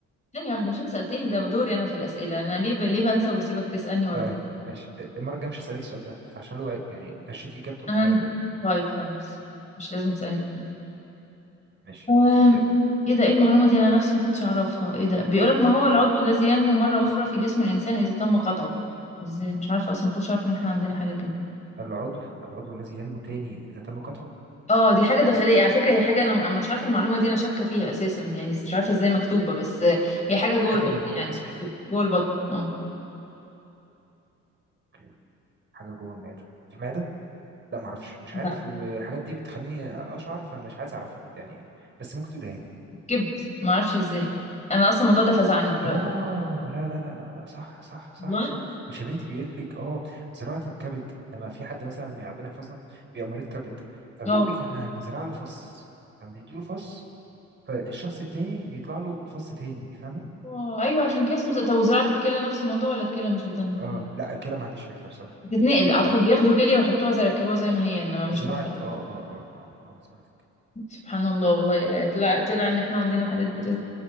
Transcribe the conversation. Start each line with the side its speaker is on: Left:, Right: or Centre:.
Left: ثانيه واحده مش انت سالتني ده دوري انا في الاسئله انا ليه ب... ليه بنسى واسيبك تسالني ورا
Right: طيب
Left: بعض
Right: ماشي المره الجايه مش هسالك السؤال ده فعشان لو يعني غشيتي اجابته
Left: انا
Right: فماشي
Left: طيب خلاص مش لازم تسالني
Right: ماشي
Left: آم،
Right: يلا
Left: ايه ده ايه المعلومه دي انا نفسي ما كنتش اعرفها ايه ده بيقولك ما هو العضو
Right: اه
Left: الذي ينمو مره اخرى في جسم الانسان اذا تم قطعه ازاي مش عارفه اصلا ما كنتش عارفه ان احنا عندنا حاجه كده
Right: العضو العضو الذي ينمو تاني اذا تم قطعه
Left: اه دي حاجة داخلية على فكرة هي حاجة انا أنا مش عارفة المعلومة دي انا شاكة فيها اساسا يعني مش عارفة ازاي مكتوبة بس هي حاجة جوه
Right: حاجه
Left: البطن
Right: من جوه
Left: يعني
Right: الجسم يعني
Left: جوه البطن اه
Right: اوكي حاجه جوه المعده في المعده لا ما اعرفش مش عارف
Left: لا،
Right: والحاجات دي بتخليني اشعر فمش عايز اعرفها يعني بس ممكن تقولها لي
Left: كبد ما اعرفش ازاي انا اصلا الموضوع ده فزعني دلوقتي
Right: اه لا لا لا لا لا صح صح صح
Left: والله
Right: صح مش يا بنتي بيقول لك اه زراعه الكبد لما في حد مثلا يعني ربنا يحفظنا بيبقى مريض كبد فبيقول
Left: اه
Right: لك احنا هنزرع له فص فبندي له فص فالشخص التاني بيطلع له فص تاني فاهمه
Left: آه، ايوه عشان كده اسمه ز- طب وزراعة الكلى نفس الموضوع ولا الكلى مش بتنمو
Right: اه لا كده ما عنديش فكره بصراحه
Left: بتتنقل اعتقد
Right: مش عارف
Left: بياخدوا كلية ويحطوها زي يركبوها زي ما هي انما مش
Right: زراعه
Left: مطلع.
Right: اه اه اه اه, آه زراعه الكبد
Left: سبحان الله والله طلع طلع ان احنا عندنا حاجات بت-